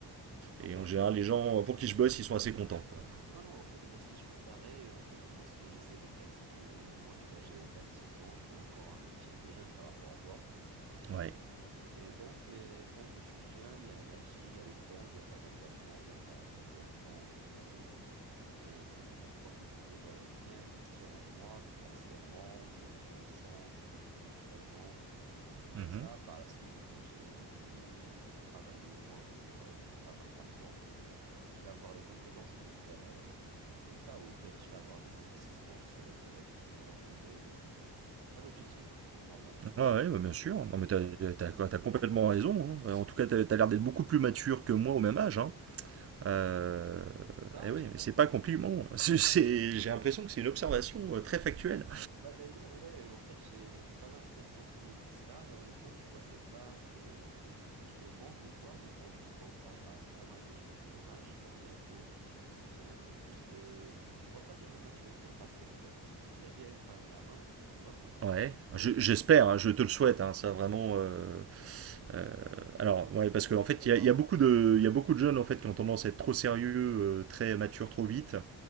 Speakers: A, on the right; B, on the right.
A: Ouais, en
B: et
A: fait,
B: en général,
A: ça,
B: les gens pour qui je bosse, ils sont assez contents. Quoi.
A: Non, non, en fait, moi aussi, je fais pareil. Et En fait, moi, ce que j'essaie de faire, c'est que moi, tu vois, j'ai 26 ans, je suis encore un petit peu jeune par rapport à toi.
B: Ouais.
A: Et donc, euh, tant que je suis jeune, il y a l'énergie, il y a le temps, il n'y a pas d'engagement, il n'y a pas d'enfants ou de famille. Et c'est que j'en profite pour euh, bien investir en moi financièrement, dans les connaissances, cu- culturellement. Comme
B: Mhm.
A: ça, par la suite, quand j'ai envie de de travailler moins pour euh, pas mal d'argent, je vais avoir les compétences pour faire euh, comme ça, ou peut-être je vais avoir des investissements sur lesquels re- me reposer. et C'est ça l'objectif, normalement.
B: Ah ouais, bah bien sûr. Non, mais t'as, t'as- t'as complètement raison. hein. En tout cas, t'as, t'as l'air d'être beaucoup plus mature que moi au même âge. Hein. Euh,
A: Bah,
B: eh oui,
A: je
B: mais
A: t'avoue,
B: c'est pas un compliment.
A: on-
B: <laughs> C'est, c'est- j'ai l'impression que c'est une observation euh, très factuelle.
A: bah d'ailleurs, ouais, en fait, j'ai pas mal de personnes qui me disent ça, et honnêtement, tu vois, c'est pas que je me vante ou quoi, mais quand je me compare à pas mal de gens de mon âge, je vois bien que j'ai un peu plus de, on va pas dire de maturité, parce que je peux f- très bien être un gamin, tu vois,
B: Ouais,
A: <laughs> mais
B: je- j'espère, hein, je te le souhaite. hein, ça vraiment. euh,
A: c'est-
B: euh, alors,
A: ouais, il
B: ouais,
A: faut,
B: parce qu'en
A: il faut
B: fait,
A: savoir.
B: il y a, il y a beaucoup de, il y a beaucoup de jeunes en fait qui ont tendance à être trop sérieux, euh, très matures trop vite.